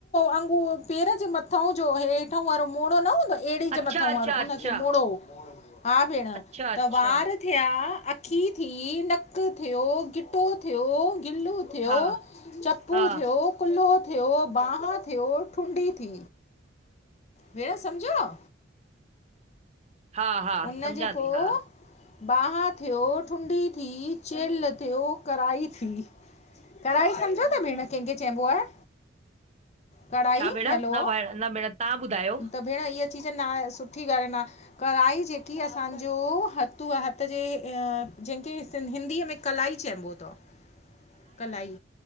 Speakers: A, on the left; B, on the right.
A: वांगुर पेर जे मथोउं जो हेठां वारो मोड़ो न हूंदो आहे एड़ी जे
B: अच्छा
A: मथांं
B: अच्छा
A: वारो उनखे
B: अच्छा
A: मोड़ो। हा भेण
B: अच्छा अच्छा
A: त वारु थिया, अखी थी, नक थियो गिटो थियो, गिलूं थियो,
B: हा
A: चपू
B: हा
A: थियो, कुल्हो थियो, बांह थियो ठुडी थी। भेण समुझयाओ?
B: हा हा
A: उन
B: सम्झां
A: जे पो
B: थी हा
A: बांह थियो, ठुडी थी, चेलि थियो करढ़ाई थी। कढाई सम्झो था भेण कंहिंखे चइबो आहे? कढ़ाई
B: छा भेण
A: हेलो
B: न भेण न भेण तव्हां ॿुधायो
A: त भेण इअ चीज न आए सुठी ॻाल्हि न कढ़ाई जेकी असांजो हथु आ हथ जे अ जंहिंखे हिंदीअ में कलाई चइबो थव कलाई